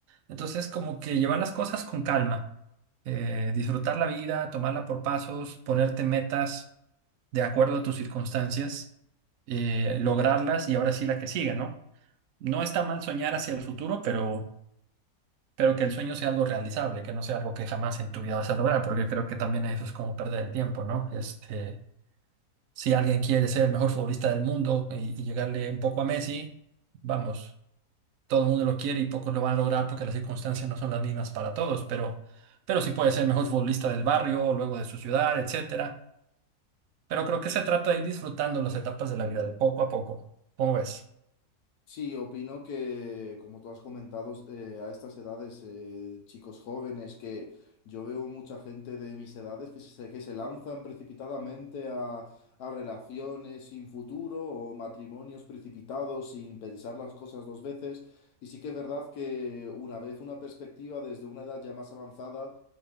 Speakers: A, on the right; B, on the left.
A: entonces, como que llevar las cosas con calma, eh, disfrutar la vida, tomarla por pasos, ponerte metas de acuerdo a tus circunstancias, eh, lograrlas y ahora sí la que sigue, ¿no? No está mal soñar hacia el futuro, pero, pero que el sueño sea algo realizable, que no sea algo que jamás en tu vida vas a lograr, porque creo que también eso es como perder el tiempo, ¿no? Este, si alguien quiere ser el mejor futbolista del mundo y, y llegarle un poco a Messi, vamos todo el mundo lo quiere y pocos lo van a lograr porque las circunstancias no son las mismas para todos, pero, pero sí puede ser el mejor futbolista del barrio, luego de su ciudad, etcétera. Pero creo que se trata de ir disfrutando las etapas de la vida de poco a poco. ¿Cómo ves?
B: Sí, opino que, como tú has comentado, eh, a estas edades, eh, chicos jóvenes, que yo veo mucha gente de mis edades que se, que se lanzan precipitadamente a, a relaciones sin futuro o matrimonios precipitados sin pensar las cosas dos veces. Y sí que es verdad que una vez una perspectiva desde una edad ya más avanzada